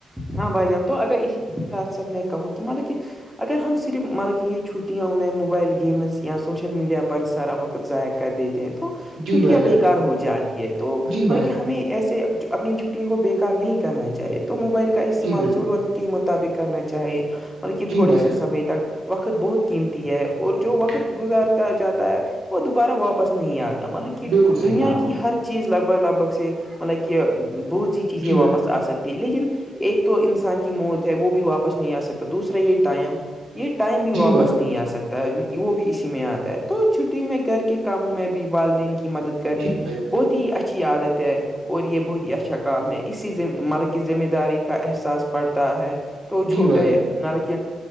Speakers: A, in the centre; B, on the right (about 85°).
A: ہاں بھائی جان تو اگر اس ساتھ ساتھ میں کہوں کہ مطلب کہ اگر ہم صرف مطلب کہ یہ چھٹیاوں میں موبائل گیمز یا سوشل میڈیا پر سارا وقت ضائع کر دیتے ہیں تو
B: جی
A: چھٹیاں
B: بھائی جان
A: بے کار ہو جاتی ہے تو
B: جی
A: م
B: بھائی
A: کہ
B: جان
A: ہمیں ایسے اپنی چھٹیوں کو بےیکار نہیں کرنا چاہے تو موبائل کا استعمال
B: جی بالکل
A: زرور کے مطابق کرنا چاہے مطلب کہ تھوڑے
B: جی بھائی
A: سے
B: جان
A: سمے تک وقت بہت قیمتی ہے اور جو وقت
B: جی
A: گزارتا جاتا ہے وہ دوبارہ واپس نہیں آتا مطلب کہ
B: بالکل صحیح
A: دنیا
B: کہا آپ
A: کی
B: نے
A: ہر چیز لگ بھگ لگ بھگ سے مطلب کہ بہت سی چیزیں
B: جی
A: واپس
B: بھائی
A: آ سکتی لیکن ایک تو انسان کی موت ہے وہ بھی واپس نہیں آ سکتی دوسرا یہ ٹائم یہ ٹائم بھی واپس
B: جی بھائی
A: نہیں آ سکتا وہ بھی اسی میں آتا ہے تو چھٹی میں گھر کے کاموں میں بھی والدین کی مدد کرنی
B: جی بھائی
A: بہت ہی اچھی عادت ہے اور یہ بہت ہی اچھا کام ہے اسی ملک ذمہ داری کا احساس پڑتا ہے تو چھوٹے
B: جی بھائی
A: مطلب کہ